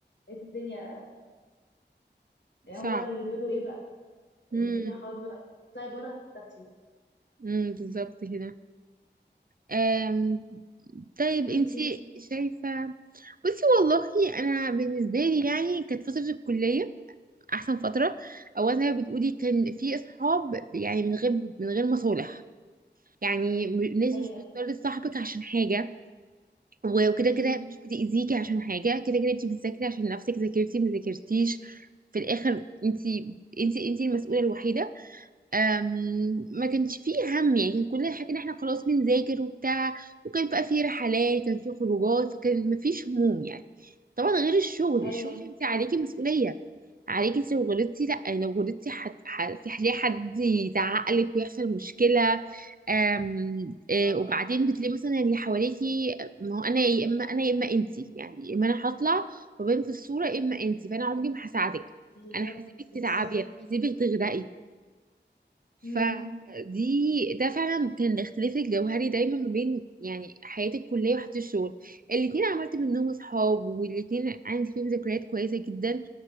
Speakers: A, on the left; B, on the right.
A: لقيت الدنيا يعني
B: صعب
A: هو بقى اللي بيقولوا ايه بقى
B: امم
A: الدنيا خلاص بقى تطلعي بره تاكلي
B: امم بالظبط كده أم، طيب
A: وانتي
B: انتي شايفه بصي والله انا بالنسبه لي يعني كانت فتره الكليه احسن فتره اولا زي ما بتقولي كان
A: مم.
B: في اصحاب يعني من غير من غير مصالح يعني م- الناس
A: ايوه
B: مش بتضطر تصاحبك عشان حاجه و- وكده
A: مم.
B: كده مش بتاذيكي عشان حاجه كده كده انت بتذاكري عشان نفسك ذاكرتي ما ذاكرتيش في الاخر انت انت انت المسؤوله الوحيده أم، ما كانش فيه هم يعني كان كل الحاجة ان احنا خلاص بنذاكر وبتاع وكان بقى فيه رحلات كان فيه خروجات فكان مفيش هموم يعني طبعا غير الشغل
A: ايوه
B: الشغل انت عليكي مسؤولية عليكي انت لو غلطتي لا لو غلطتي حد حد- في حد حد يزعق لك ويحصل مشكلة أم آه،
A: اه
B: وبعدين بتلاقي مثلا اللي حواليكي آه، ما هو انا يا اما انا يا اما انت يعني يا اما انا هطلع وبين في الصورة يا اما انت فانا عمري ما هساعدك
A: بالظبط
B: انا هسيبك
A: بالظبط
B: تتعبي انا هسيبك تغرقي فدي
A: مم.
B: ده فعلا كان الاختلاف الجوهري دايما ما بين يعني حياتي الكليه وحياتي الشغل الاتنين عملت منهم اصحاب والاتنين عندي فيهم ذكريات كويسه جدا